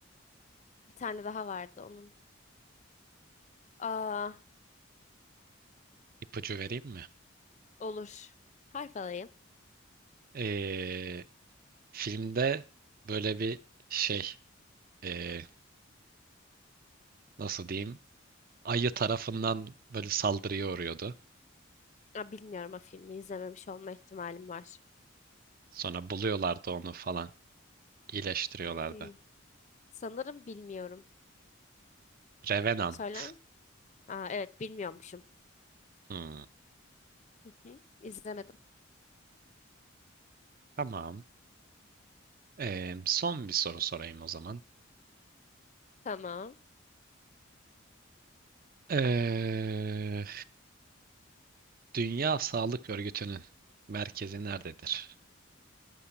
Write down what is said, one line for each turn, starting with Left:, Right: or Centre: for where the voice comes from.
Left: Bir tane daha vardı onun. Aa,
Right: İpucu vereyim mi?
Left: Olur. Harf alayım.
Right: Ee, filmde böyle bir şey ee, nasıl diyeyim? Ayı tarafından böyle saldırıya uğruyordu.
Left: Aa, bilmiyorum o filmi izlememiş olma ihtimalim var.
Right: Sonra buluyorlardı onu falan. İyileştiriyorlardı.
Left: Hmm. Sanırım bilmiyorum.
Right: Revenant.
Left: Söyler mi? Aa, evet bilmiyormuşum.
Right: Hmm,
Left: Hı hı, İzlemedim.
Right: tamam. Ee, son bir soru sorayım o zaman.
Left: Tamam.
Right: Ee, Dünya Sağlık Örgütü'nün merkezi nerededir?